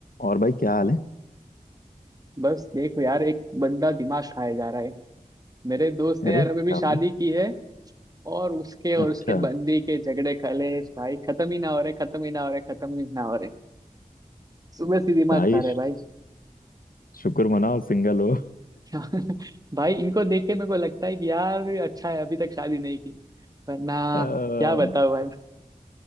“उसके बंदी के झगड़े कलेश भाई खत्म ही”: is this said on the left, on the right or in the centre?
Right